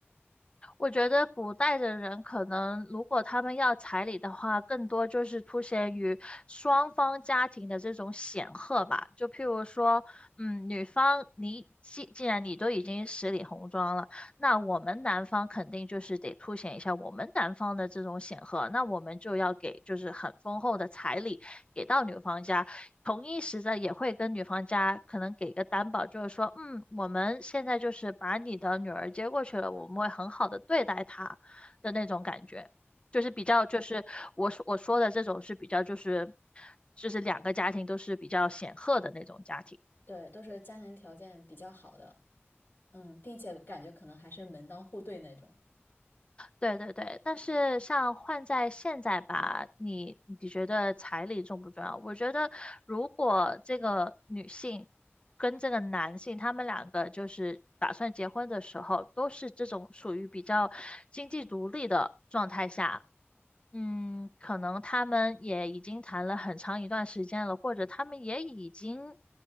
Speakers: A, on the left; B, on the left.
A: 我觉得古代的人可能，如果他们要彩礼的话，更多就是凸显于双方家庭的这种显赫吧。就譬如说，嗯，女方你既既然你都已经十里红妆了，那我们男方肯定就是得凸显一下我们男方的这种显赫，那我们就要给就是很丰厚的彩礼。给到女方家，同一时的也会跟女方家可能给个担保，就是说，嗯，我们现在就是把你的女儿接过去了，我们会很好的对待她的那种感觉，就是比较就是我说我说的这种是比较就是就是两个家庭都是比较显赫的那种家庭。
B: 对，都是家庭条件比较好的，嗯，并且感觉可能还是门当户对那种。
A: 对对对，但是像换在现在吧，你你觉得彩礼重不重要？我觉得如果这个女性跟这个男性，他们两个就是打算结婚的时候，都是这种属于比较经济独立的状态下，
B: 嗯，
A: 嗯，可能他们也已经谈了很长一段时间了，或者他们也已经